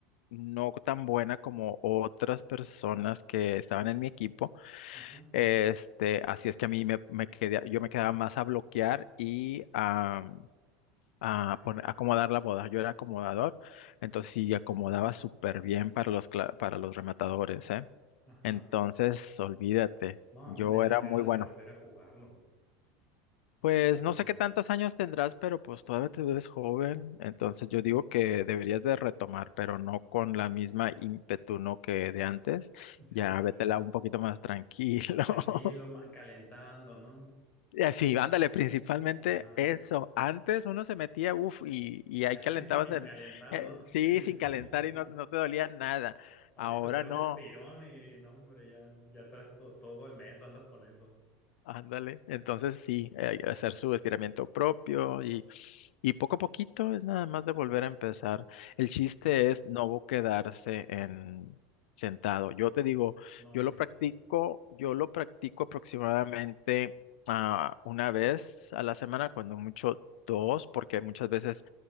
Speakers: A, on the left (about 85°); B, on the left (about 25°).
A: no tan buena como otras personas que estaban en mi equipo.
B: ajá,
A: Este, así es que a mí me, me quedé, yo me quedaba más a bloquear y a, a
B: ok,
A: poner- a acomodar la boda. Yo era acomodador, entonces sí acomodaba súper bien para los, cla- para los rematadores, ¿eh?
B: ajá.
A: Entonces, olvídate,
B: No, a
A: yo
B: mí me dan
A: era
B: ganas
A: muy bueno.
B: de volver a jugarlo.
A: Pues
B: Sí,
A: no sé qué tantos años tendrás, pero pues todavía te ves joven, entonces yo digo que deberías de retomar, pero no con la misma ímpetu, ¿no? que de antes.
B: sí,
A: Ya vétela un poquito más tranquilo.
B: más tranquilo,
A: <laughs>
B: ma- calentando, ¿no?
A: Eh, Sí, ándale, principalmente
B: Ajá,
A: eso. Antes uno se metía, uff, y, y ahí
B: <laughs>
A: calentabas
B: sin
A: en,
B: calentar,
A: eh,
B: ¿no?
A: sí,
B: <laughs>
A: sin calentar
B: Sí.
A: y no, no te dolía nada.
B: Ahorita
A: Ahora
B: te da un
A: no.
B: estirón y no, hombre, ya, ya traes to- todo el mes, andas con eso.
A: Ándale, entonces sí, eh, hacer su estiramiento propio y, y poco a poquito es nada más de volver a empezar. El chiste
B: Sí,
A: es no quedarse en sentado. Yo te digo,
B: no,
A: yo
B: sí,
A: lo practico, yo lo practico aproximadamente ah, una vez a la semana, cuando mucho dos, porque muchas veces